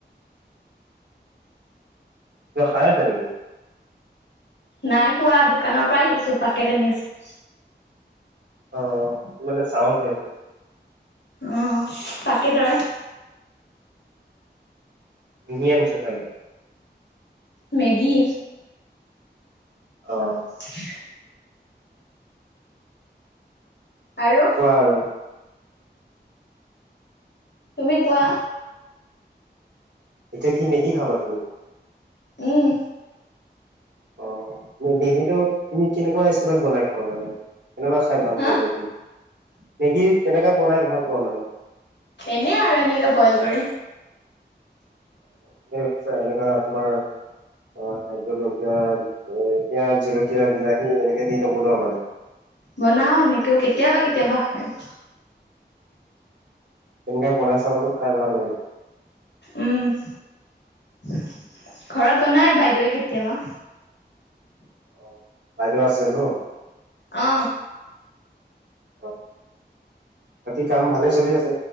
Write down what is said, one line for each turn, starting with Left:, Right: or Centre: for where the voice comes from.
Right: কিবা খাই আছা নেকি?
Left: নাই খোৱা, দোকানৰ পৰা আহি আছো পাকেট আনি আছো।
Right: অঁ মানে চাও ধেই আছে
Left: উম পাকেটৰ।
Right: কিনি আনিছা চাগে?
Left: মেগী।
Right: অ'
Left: <inaudible> আৰু
Right: কোৱা আৰু
Left: তুমি কোৱা?
Right: এতিয়া কি মেগী খাবা তুমি?
Left: উম।
Right: অঁ, মেগীটো তুমি কেনেকুৱা ষ্টাইলত বনাই খোৱা মানে? কেনেকুৱা খাই ভাল
Left: হা
Right: পোৱা মেগী? মেগী কেনেকুৱা বনাই ভাল পোৱা মানে?
Left: এনেই আৰু এনেকে বইল কৰি।
Right: এ মানে চোৱা, এনেকুৱা তোমাৰ আহ, জলকীয়া পিঁয়াজ, জলকীয়া, বিলাহী, এনেকে দি নবনুৱা মানে?
Left: বনাই সেনেকেও, কেতিয়াবা কেতিয়াবা আৰু।
Right: তেনেকা বনাই চাবা চোন, খাই ভাল লাগে।
Left: উম, ঘৰত বনাই বাইদেউৱে কেতিয়াবা।
Right: অ' বাইদেউ আছে ন'?
Left: অ
Right: অহ, বাকী কাম ভালে চলি আছে?